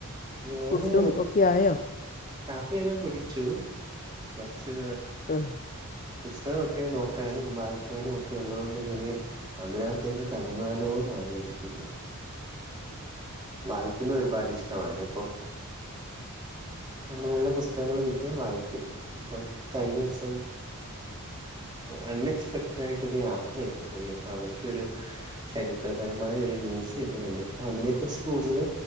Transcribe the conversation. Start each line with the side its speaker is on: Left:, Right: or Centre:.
Right: ഞാന്
Left: ഫുഡും ഒക്കെ ആയോ
Right: കാപ്പിയെല്ലാം കുടിച്ചു കൊറച്ച്.
Left: ഉം
Right: പുസ്തകൊക്കെ നോക്കാനും വായിക്കാനും ഒക്കെ ഉള്ളത കൊണ്ടിങ്ങനെ. അതിനകത്തേക്ക് കടന്നാലോന്ന് ആലോചിക്കുന്നു. വായിക്കുന്നത് ഒരുപാട് ഇഷ്ടമാണ് ഇപ്പം. നല്ല നല്ല പുസ്തകങ്ങൾ കിട്ടിയാ വായിക്കും അപ്പം കഴിഞ്ഞൂസം. അൺ എക്സ്പെക്ടഡ് ആയിട്ടൊ ഒരു യാത്രയൊക്കെ പോയി അപ്പൊ അവിടുത്തെ ഒരു. ചരിത്രപരമായ ഒരു മ്യൂസിയ ഒക്കെ കണ്ടു പ്പോ അതിനെ കുുറിച്ച് കൂടുതൽ.